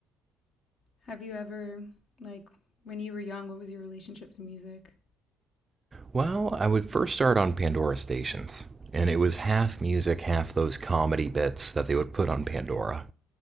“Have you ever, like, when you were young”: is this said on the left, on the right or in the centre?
Left